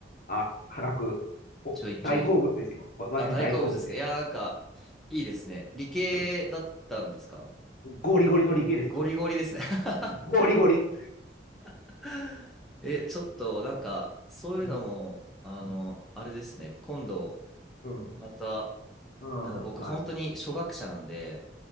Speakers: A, on the left (about 50°); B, in the centre.
A: あ、化学。お、
B: ちょいちょい読んで、
A: 大好物ですよ。わ私大好物です。
B: あ、大好物ですか。いや、なんか、いいですね。理系だったんですか
A: うん。ゴリゴリの理系ですよ。
B: ゴリゴリですね。<laughs>
A: ゴリゴリ。
B: <laughs> え、ちょっとなんか、そういうのも、
A: うん。
B: あの、
A: うん。
B: あれですね、今度、
A: うん。
B: また、
A: うんまあ、
B: なんだ、僕、本当に初学者なんで、